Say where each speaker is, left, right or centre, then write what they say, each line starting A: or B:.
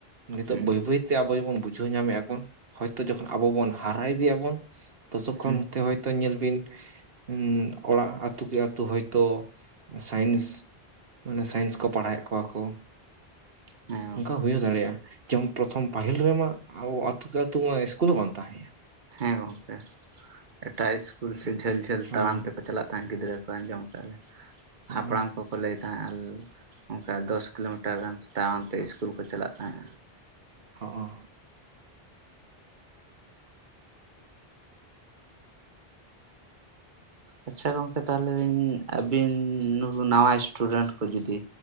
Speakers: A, on the right; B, on the right.
A: ᱱᱤᱛᱚᱜ
B: ᱦᱮᱸ
A: ᱵᱟᱹᱭ ᱵᱟᱹᱭ ᱛᱮ ᱟᱵᱚ ᱡᱮ ᱵᱚᱱ ᱵᱩᱡᱷᱟᱹᱣ ᱧᱟᱢᱮᱫᱼᱟᱵᱚᱱ ᱦᱚᱭᱛᱳ ᱡᱚᱠᱷᱚᱱ ᱟᱵᱚ ᱵᱚᱱ ᱦᱟᱨᱟ ᱤᱫᱤᱜ ᱟᱵᱚᱱ ᱛᱚᱥᱚᱠᱷᱚᱱᱛᱮ
B: ᱦᱮᱸ
A: ᱦᱚᱭᱛᱳ ᱧᱮᱞ ᱵᱤᱱ ᱩᱸ ᱚᱲᱟᱜ ᱟᱹᱛᱩ ᱠᱮ ᱟᱛᱳ ᱦᱚᱭᱛᱳ ᱥᱟᱭᱮᱱᱥ ᱢᱟᱱᱮ ᱥᱟᱭᱮᱱᱥ ᱠᱚ ᱯᱟᱲᱦᱟᱣᱮᱫ ᱠᱚᱣᱟ ᱠᱚ
B: ᱦᱮᱸ
A: ᱚᱱᱠᱟ ᱦᱩᱭ ᱫᱟᱲᱮᱭᱟᱜᱼᱟ ᱡᱮᱢᱚᱱ ᱯᱨᱚᱛᱷᱚᱢ ᱯᱟᱹᱦᱤᱞ ᱨᱮᱢᱟ ᱟᱵᱚ ᱟᱹᱛᱩ ᱠᱮ ᱟᱹᱛᱩ ᱢᱟ ᱤᱥᱠᱩᱞ ᱦᱚᱸ ᱵᱟᱝ ᱛᱟᱦᱮᱸᱭᱟ
B: ᱦᱮᱸ ᱜᱚᱢᱠᱮ ᱮᱴᱟᱜ ᱤᱥᱠᱩᱞ ᱥᱮ ᱡᱷᱟᱹᱞ ᱡᱷᱟᱹᱞ
A: ᱦᱚᱸ
B: ᱛᱟᱲᱟᱢ ᱛᱮᱠᱚ ᱪᱟᱞᱟᱜ ᱛᱟᱦᱮᱸᱫ ᱜᱤᱫᱽᱨᱟᱹ ᱠᱚ ᱟᱸᱡᱚᱢ ᱟᱠᱟᱫᱼᱟ ᱞᱤᱧ
A: ᱦᱚᱸ
B: ᱦᱟᱯᱲᱟᱢ ᱠᱚᱠᱚ ᱞᱟᱹᱭ ᱛᱟᱦᱮᱸᱫ ᱟᱨ ᱚᱱᱠᱟ ᱫᱚᱥ ᱠᱤᱞᱳᱢᱤᱴᱟᱨ ᱜᱟᱱ ᱛᱟᱲᱟᱢ ᱛᱮ ᱤᱥᱠᱩᱞ ᱠᱚ ᱪᱟᱞᱟᱜ ᱛᱟᱦᱮᱸᱜᱼᱟ
A: ᱦ
B: ᱟᱪᱪᱷᱟ ᱜᱚᱝᱠᱮ ᱛᱟᱦᱞᱮᱧ ᱟᱹᱵᱤᱱ ᱱᱩᱠᱩ ᱱᱟᱣᱟ ᱥᱴᱩᱰᱮᱱᱴ ᱠᱚ ᱡᱚᱫᱤ